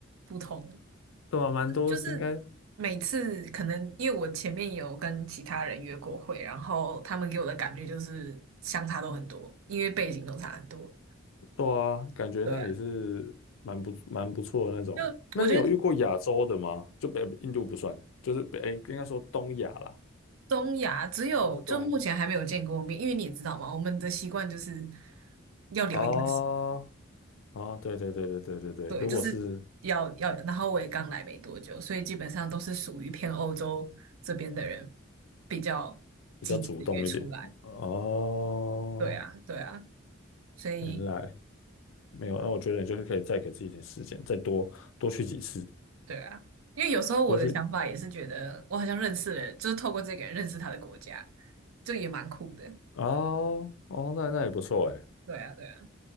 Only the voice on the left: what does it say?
对啊，蛮多是应该
对啊，感觉那里是蛮不蛮不错的那种。
那你有遇过亚洲的吗？就北印度不算，就是北，诶应该说东亚啦，
就是这种
哦哦，对对对对对对对，
如果是
比较主动一点，哦，
原来没有，那我觉得你就是可以再给自己一点时间，再多多去几次，
多去
哦哦，那那也不错哎，